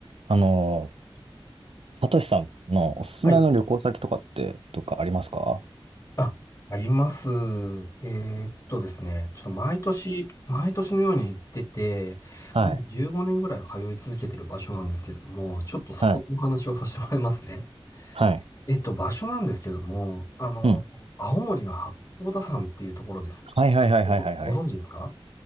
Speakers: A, on the right (about 90°); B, on the left (about 35°).
A: あの、サトシさんのおすすめの旅行先とかって、
B: はい。
A: とかありますか
B: あ、あります。えーっとですね、ちょっと毎年、毎年のように行ってて、
A: はい、
B: もう15年ぐらい通い続けてる場所なんですけれども、ちょっとそこのお話をさせてもらいますね。
A: はい、はい。
B: えっと、場所なんですけども、あの、
A: うん。
B: 青森の八甲田山っていうところです。
A: はいはいはいはいはいはい。
B: ご、ご存知ですか